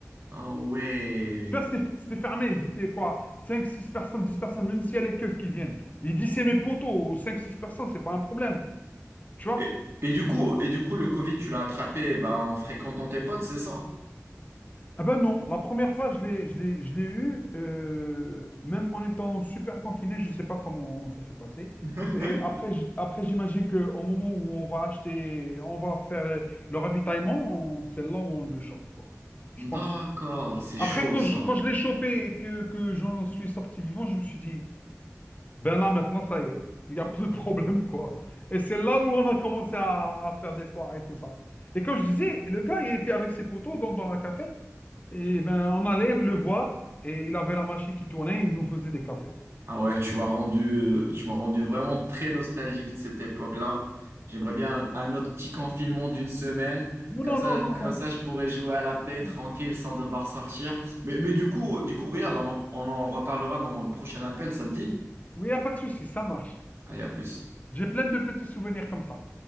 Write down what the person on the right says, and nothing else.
Ah ouais.
Et, et du coup, et du coup, le Covid, tu l'as attrapé bah, en fréquentant tes potes, c'est ça?
<laughs>
D'accord,
c'est
chaud
ça.
Ah ouais, tu m'as rendu, euh, tu m'as rendu vraiment très nostalgique de cette époque-là. J'aimerais bien
un, un autre petit confinement d'une semaine. Comme
ça,
comme
ça, je pourrais jouer à la Play tranquille
sans devoir sortir. Mais, mais du coup, du coup, regarde, on en, on en reparlera dans le prochain appel, ça te dit?
Allez, à plus.